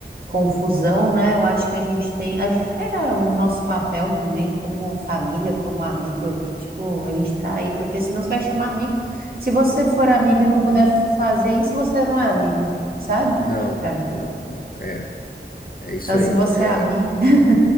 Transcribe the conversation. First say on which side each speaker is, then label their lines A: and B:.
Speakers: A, on the right; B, on the left.
A: confusão, né? Eu acho que a gente tem, acho que é o nosso papel também como família, como amigo ali, tipo, a gente tá aí, porque senão você vai chamar amigo. Se você for amigo e não puder fazer isso, você não é amigo, sabe?
B: Não,
A: Pra mim.
B: não, não. É, é isso
A: Então,
B: aí.
A: se você
B: É,
A: é amigo, <laughs>